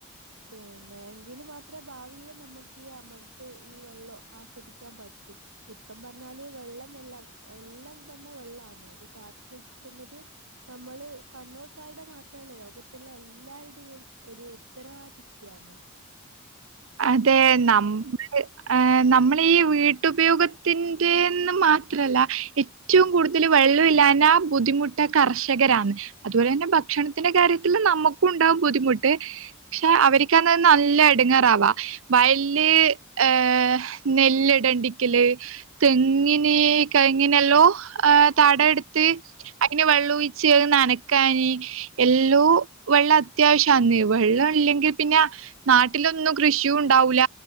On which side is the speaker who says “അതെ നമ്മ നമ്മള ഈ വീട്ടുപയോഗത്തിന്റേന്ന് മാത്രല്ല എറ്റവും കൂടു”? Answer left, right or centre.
Right